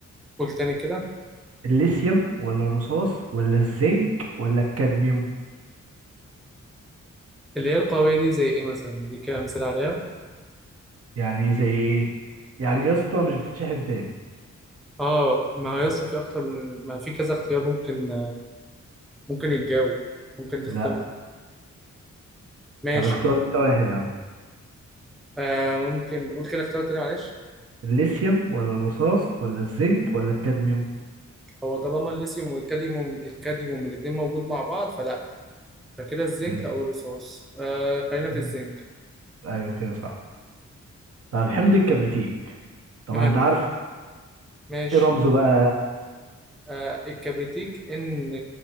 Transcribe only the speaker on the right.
الليثيوم ولا الرصاص ولا الزنك ولا الكادميوم
يعني زي ايه؟ يعني يا اسطى مش بتتشحن تاني
لا
طب اختار انت واحد يا عم
الليثيوم ولا الرصاص ولا الزنك ولا الكادميوم
ماشي
مم.
ايوه كده صح طب حمض الكبريتيك طبعا
انت عارف
ايه رمزه بقى